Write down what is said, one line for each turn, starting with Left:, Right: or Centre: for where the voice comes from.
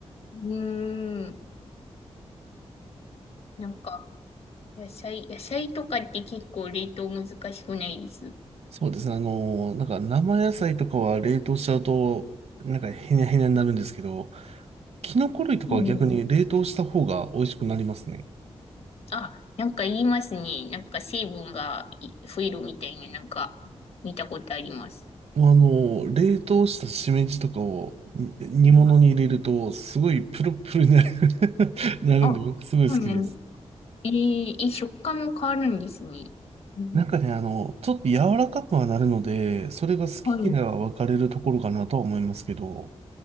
Left: ーん。なんか、野菜、野菜とかって結構冷凍難しくないです。
Right: そうですね、あの、なんか生野菜とかは冷凍しちゃうと、なんかへにゃへにゃになるんですけど、キノコ類とかは逆に冷凍した方が美味しくなりますね。
Left: うん。あ、なんか言いますね。なんか成分がい増えるみたいな、なんか見たことあります。
Right: もうあの、冷凍したしめじとかをに煮物に入れると、
Left: うん、
Right: すごいプルプルになる <laughs> なるんで、
Left: あ、そうね。
Right: 僕すごい好きです。
Left: えー、え、食感も変わるんですね。うん。
Right: なんかね、あの、ちょっと柔らかくはなるので、それが好き嫌いは分かれるところかなとは思いますけど、
Left: はい。